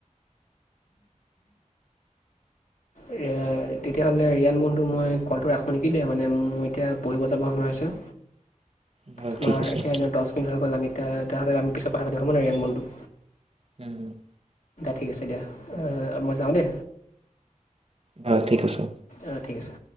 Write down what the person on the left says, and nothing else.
এ', তেতিয়াহ'লে ৰিয়ান বন্ধু তু মই কলটো ৰাখোঁ নেকি দেই মানে মোৰ এতিয়া পঢ়িব যাব সময় আছে।
আমাৰ
এতিয়া এনেও ডছ কিল হৈ গ'ল। আমি এতিয়া তেও হ'লে, আমি এতিয়া পিছত কথা পাতিম হ'ব নে, ৰাণ বন্ধু।
ঠিক আছে। দিয়া মই যাওঁ দে।
অ', ঠিক আছে।